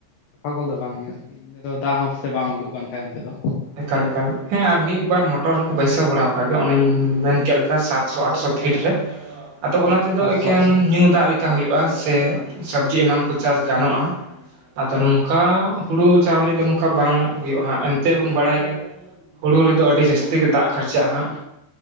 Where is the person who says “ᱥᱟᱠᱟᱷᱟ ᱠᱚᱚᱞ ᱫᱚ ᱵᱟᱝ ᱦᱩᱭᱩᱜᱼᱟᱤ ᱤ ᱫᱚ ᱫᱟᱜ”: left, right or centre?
Left